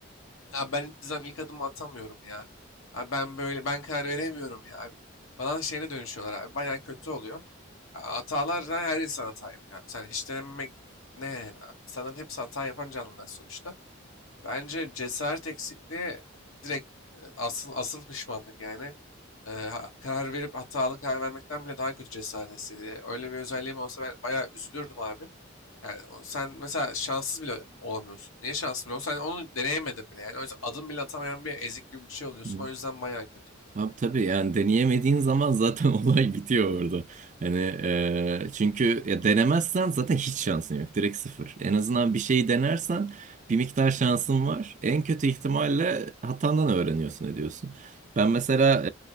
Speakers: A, on the left; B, on the right.
A: Ya ben hiçbir zaman ilk adımı atamıyorum ya. Abi ben böyle ben karar veremiyorum ya abi. Falan şeyine dönüşüyorlar abi. Bayağı kötü oluyor. Hatalar da her insan hata yapıyor abi. Sen hiç denememek ne yani abi? İnsanların hepsi hata yapan canlılar sonuçta. Bence cesaret eksikliği direkt e, asıl asıl pişmanlık yani. E, ha- karar verip hatalı karar vermekten bile daha kötü cesaret hissediyor. Öyle bir özelliğim olsa ben bayağı üzülürdüm abi. Yani o- sen mesela şanssız bile olamıyorsun. Niye şanssız bile olamıyorsun? Sen onu deneyemedin bile yani. O yüzden adım bile atamayan bir ezik gibi bir şey oluyorsun.
B: hı.
A: O yüzden bayağı kötü.
B: Abi tabii yani deneyemediğin zaman zaten <laughs> olay bitiyor orada. Hani e, çünkü ya denemezsen zaten hiç şansın yok. Direkt sıfır. En azından bir şeyi denersen bir miktar şansın var. En kötü ihtimalle hatandan öğreniyorsun ediyorsun. Ben mesela